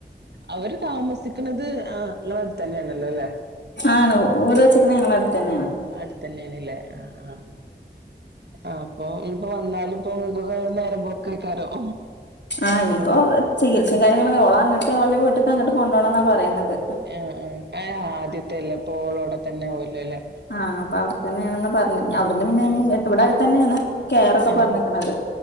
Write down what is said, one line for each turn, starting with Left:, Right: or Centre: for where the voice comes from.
Right: അവര് താമസിക്ണത് ആഹ് ഇങ്ങളെട്ത്തന്നേണല്ലോ ല്ലെ.
Left: ആണ് വീട് വെച്ച്ക്ണത് ഞങ്ങളെട്ത്തെന്നേണ്.
Right: അടുത്തന്നേണ് ല്ലേ ആഹ് ആഹ്. അപ്പോ ഇനിപ്പോ വന്നാലും പ്പൊ ഇങ്ങക്കൊക്കെ നേരം പോക്കേക്കാരം.
Left: ആഹ് ഇനിപ്പോ
Right: അവിടെ
Left: ചികിത്സയും കാര്യങ്ങളൊക്കെ ഓളങ്ങട്ട് ഓലെ വീട്ട് ക്ക് അങ്ങട്ട് കൊണ്ടോണം ന്നാ പറയ്ണത്.
Right: എന് ആഹ്. ഏഹ് ആദ്യത്തല്ലെ അപ്പോ ഓളോടെ തന്നെ ആവൊല്ലോ ല്ലെ.
Left: ആഹ് അപ്പ അവിടെത്തന്നാണ്ന്ന് പറഞ്ഞ് നി അവിട്ന്ന് പിന്നെ ഇനി
Right: ആഹ്
Left: ഇവിടെ അടുത്തന്നെയാണ് കെയറൊക്കെ
Right: ആഹ്
Left: പറഞ്ഞിക്കണത്